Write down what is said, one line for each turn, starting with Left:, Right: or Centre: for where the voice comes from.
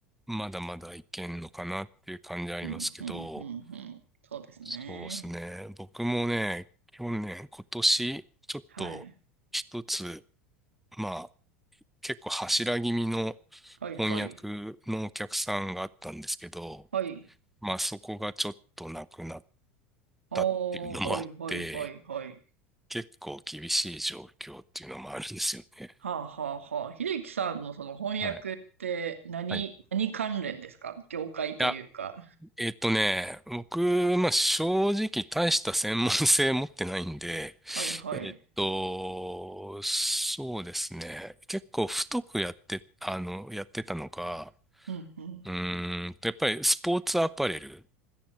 Centre: まだまだいけんのかなっていう感じありますけど、
Right: うん、うん、うん、うん。そうですね。
Centre: そうですね。僕もね、去年、今年、ちょっと一つ、
Right: はい。
Centre: まあ、結構柱気味の
Right: はいはい。
Centre: 翻訳のお客さんがあったんですけど、
Right: はい。
Centre: まあそこがちょっとなくなっ
Right: おー、
Centre: たっていうのもあって、
Right: はいはいはいはい。
Centre: 結構厳しい状況っていうのもあるんですよね。
Right: はあはあはあ。秀樹さんのその翻訳って何、
Centre: はい。はい
Right: 何関連ですか業界というか。
Centre: いや、えっとね、僕、まあ、正直大した専門性持ってないんで、
Right: はいはい。
Centre: えっと、そうですね。結構太くやって、あの、やってたのが、
Right: うんうん。
Centre: うーんと、やっぱりスポーツアパレル